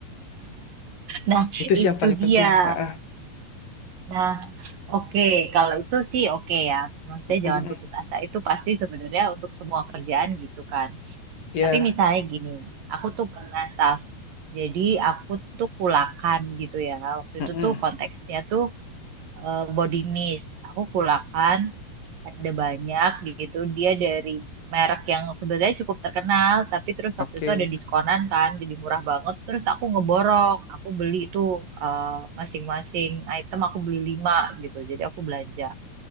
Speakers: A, on the right; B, on the left.
A: Nah,
B: Itu
A: itu
B: sih yang paling
A: dia.
B: penting. Ah, ah.
A: Nah, oke, Kalau itu sih oke ya. Maksudnya
B: Mm, mm,
A: jangan
B: mm.
A: putus asa itu pasti sebenarnya untuk semua kerjaan gitu kan.
B: Iya.
A: Tapi misalnya gini, aku tuh pernah staff. Jadi aku tuh kulakan gitu ya. Waktu
B: Mm,
A: itu
B: mm.
A: tuh konteksnya tuh eh, body mist. Aku kulakan ada banyak gitu. Dia dari merek yang sebenarnya cukup terkenal, tapi terus
B: Oke.
A: waktu itu ada diskonan kan, jadi murah banget. Terus aku ngeborong, aku beli tuh eh, masing-masing item aku beli lima gitu. Jadi aku belanja.